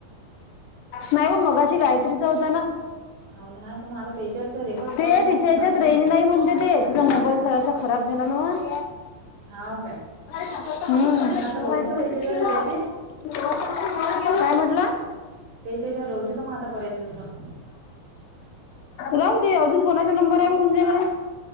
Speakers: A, on the left (about 80°); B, on the right (about 65°).
A: नाही ओ मगाशी गायत्रीचा होता ना
B: हो ना तर मग आता त्याच्यावर एकच
A: ते
B: कॉल झालता
A: तिच्या
B: आणि
A: ह्याच्यात
B: बाकीचे
A: रेंज नाही म्हणते ते तिचा मोबाईल जरासा
B: हाव
A: खराब झाला नव्ह
B: हाव काय
A: हम्
B: मग आता राहू देऊ का त्याच्या याच्यावर करायचे
A: काय म्हटलं.
B: त्याच्या याच्यावर राहू देऊ का मग आता करायचे जसं
A: राहुदे अजून कोणाचा नंबर आहे मग तुमच्याकडे-